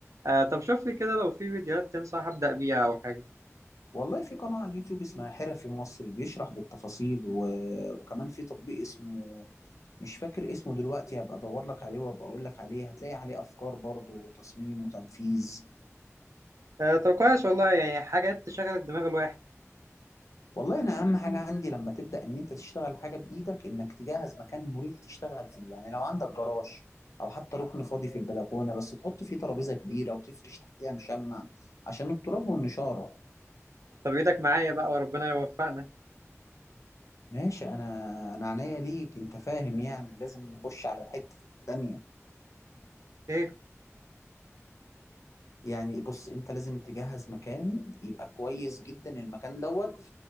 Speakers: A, on the right; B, on the left.
A: آه طب شوف لي كده لو في فيديوهات تنصح أبدأ بيها أو حاجة
B: والله في قناة على اليوتيوب اسمها حرفي مصر بيشرح بالتفاصيل و... وكمان في تطبيق اسمه مش فاكر اسمه دلوقتي هبقى ادور لك عليه وابقى اقول لك عليه هتلاقي عليه افكار برضه وتصميم وتنفيذ
A: آه طب كويس والله يعني حاجات تشغل الدماغ الواحد
B: والله انا اهم حاجة عندي لما تبدأ ان انت تشتغل حاجة بايدك انك تجهز مكان مريح تشتغل فيه يعني لو عندك جراج او حتى ركن فاضي في البلكونة بس تحط فيه ترابيزة كبيرة وتفرش تحتيها مشمع عشان التراب والنشارة
A: طب إيدك معايا بقى وربنا يوفقنا
B: ماشي انا انا عينيا ليك انت فاهم يعني لازم نخش على الحتة التانية
A: إيه
B: يعني بص انت لازم تجهز مكان يبقى كويس جدا المكان دوت